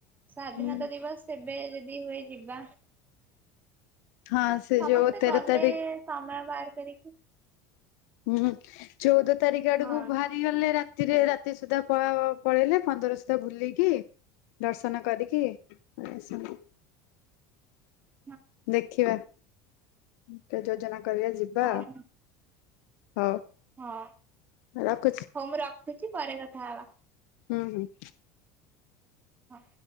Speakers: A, on the right; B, on the left.
A: ସ୍ଵାଧୀନତା
B: ହୁଁ
A: ଦିବସ ସେବେ ଯଦି ହୁଏ ଯିବା।
B: ହଁ ସେ
A: ସମସ୍ତେ
B: ଯୋଉ
A: ଗଲେ
B: ତେର ତାରିଖ
A: ସମୟ ବାର କରିକି
B: ହୁଁ ଚୋଉଦ ତାରିଖ ଆଡକୁ
A: ହଁ
B: ଭାରି ଗଲେ ରାତ୍ ତିରେ ରାତି ସୁଦ୍ଧା ପଳା ପଳେଇଲେ ପନ୍ଦର ସୁଦ୍ଧା ବୁଲିକି ଦର୍ଶନ କରିକି ପଳେଆସନ୍ତେ।
A: <unintelligible>
B: ଦେଖିବା ଯୋଜନା କରିବା ଯିବା।
A: ହଉ
B: ହଉ।
A: ହଁ
B: ରଖୁଛି
A: ହୋଉ ମୁଁ ରଖୁଚି ପରେ କଥାହବା।
B: ହୁଁ ହୁଁ।
A: ହଁ।